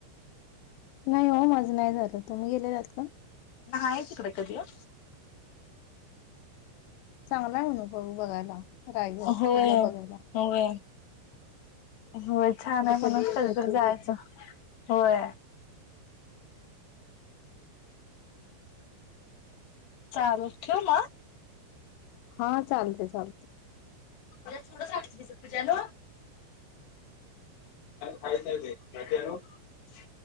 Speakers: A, on the left; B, on the left.
A: नाही हो माझं नाही झालं तुम्ही गेलेलात का?
B: नाही तिकडे कधी हो.
A: चांगला आहे अनुभव बघायला रायगड
B: होय
A: किल्ला बघायला
B: होय. होय, छान
A: आता
B: आहे म्हणून
A: योग
B: कधी
A: येतोय
B: तर जायचं
A: बघू
B: होय. चाल ठेवू मगं.
A: हा चालते चालते.
B: तुझ्या थोडं <unintelligible> तुझ्या न खायचं आहे ते माहितेय नव्हं.